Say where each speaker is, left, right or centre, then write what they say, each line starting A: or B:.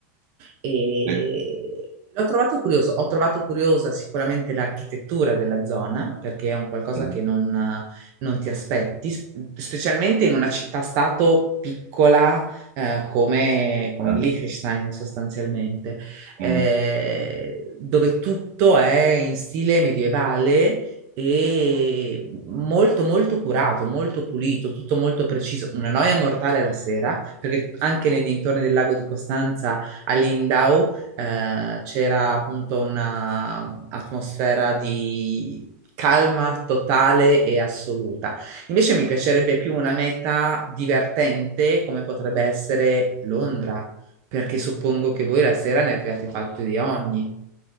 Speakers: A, on the right (about 30°); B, on the right (about 55°).
A: e
B: Sì.
A: l'ho trovato curioso. Ho trovato curiosa sicuramente l'architettura della zona, perché è un qualcosa
B: Mhm.
A: che non, non ti aspetti, sp- specialmente in una città-stato piccola eh, come, come
B: Certo.
A: Liechtenstein sostanzialmente, eh,
B: Mhm.
A: dove tutto è in stile medievale e molto molto curato, molto pulito, tutto molto preciso. Una noia mortale la sera, perché anche nei dintorni del lago di Costanza a Lindau eh, c'era appunto un'atmosfera di calma totale e assoluta. Invece mi piacerebbe più una meta divertente come potrebbe essere Londra, perché suppongo che voi la sera ne abbiate fatte di ogni.